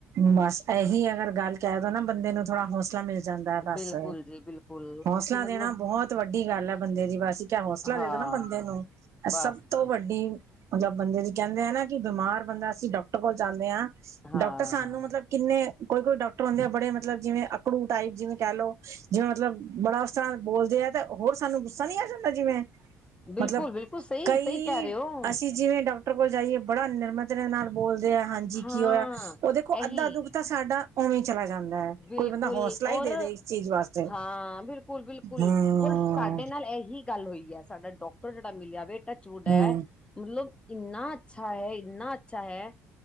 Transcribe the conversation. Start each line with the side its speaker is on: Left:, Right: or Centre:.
Right: ਬਸ ਇਹੀ ਅਗਰ ਗੱਲ ਕਹਿ ਦੋ ਨਾ ਬੰਦੇ ਨੂੰ ਥੋੜਾ ਹੌਸਲਾ ਮਿਲ ਜਾਂਦਾ ਹੈ। ਬਸ
Left: ਬਿਲਕੁਲ ਜੀ ਬਿਲਕੁਲ
Right: ਹੌਸਲਾ
Left: ਅਸੀਂ ਮਤਲਬ
Right: ਦੇਣਾ ਬਹੁਤ ਵੱਡੀ ਗੱਲ ਹੈ ਬੰਦੇ ਦੀ। ਬਸ ਇੱਕ ਐ ਹੌਸਲਾ
Left: ਹਾਂ
Right: ਦੇ ਦੋ ਨਾ ਬੰਦੇ ਨੂੰ। ਇਹ ਸਭ
Left: ਬਸ
Right: ਸਭ
Left: ਜੀ
Right: ਤੋਂ ਵੱਡੀ ਮਤਲਬ ਬੰਦੇ ਦੀ, ਕਹਿੰਦੇ ਆ ਨਾ। ਕਿ ਬਿਮਾਰ ਬੰਦਾ, ਅਸੀਂ ਡਾਕਟਰ ਕੋਲ ਜਾਂਦੇ ਆ।
Left: ਹਾਂ
Right: ਡਾਕ ਤਾਂ ਸਾਨੂੰ ਮਤਲਬ ਕਿੰਨੇ ਕੋਈ-ਕੋਈ ਡਾਕਟਰ ਹੁੰਦੇ ਆ ਬੜੇ ਮਤਲਬ ਜਿਵੇਂ ਅਕੜੂ ਟਾਈਪ, ਜਿਵੇਂ ਕਹਿਲਓ। ਜਿਵੇਂ ਮਤਲਬ ਬੜਾ ਉਸ ਤਰ੍ਹਾਂ ਬੋਲਦੇ ਤਾਂ, ਹੋਰ ਸਾਨੂੰ ਗੁੱਸ੍ਹਾ ਨੀ ਆ ਜਾਂਦਾ ਜਿਵੇਂ
Left: ਬਿਲਕੁਲ
Right: ਮਤਲਬ
Left: ਬਿਲਕੁਲ ਸਹੀ
Right: ਕਈ,
Left: ਸਹੀ ਕਹਿ ਰਹੇ ਹੋ
Right: ਅਸੀਂ ਜਿਵੇਂ ਡਾ ਕੋਲ ਜਾਈਏ ਬੜਾ ਨਿਰਮਤ ਨਾਲ ਬੋਲਦੇ ਆ ਹਾਂਜੀ
Left: ਹਾਂ
Right: ਕੀ ਹੋਇਆ? ਉਹ ਦੇਖੋ
Left: ਇਹੀ
Right: ਅੱਧਾ ਦੁੱਖ ਤਾਂ ਸਾਡਾ ਉਵੇਂ ਚਲਾ ਜਾਂਦਾ ਹੈ
Left: ਬਿਲਕੁਲ।
Right: ਕੋਈ ਬੰਦਾ ਹੌਸਲਾ ਹੀ
Left: ਔਰ,
Right: ਦੇ ਦੇ ਇਸ ਚੀਜ਼ ਵਾਸਤੇ
Left: ਹਾਂ। ਬਿਲਕੁਲ-ਬਿਲਕੁਲ।
Right: ਹੂੰ
Left: ਔਰ ਸਾ ਸਾਡੇ ਨਾਲ ਇਹੀ ਗੱਲ ਹੋਈ ਹੈ। ਸਾਡਾ ਡਾਕਟਰ ਜਿਹੜਾ ਮਿਲਿਆਵੇ। ਟੱਚਵੁਡ ਹੈ।
Right: ਹੂੰ
Left: ਮਤਲਬ ਇੰਨਾ ਅੱਛਾ ਹੈ। ਇੰਨਾ ਅੱਛਾ ਹੈ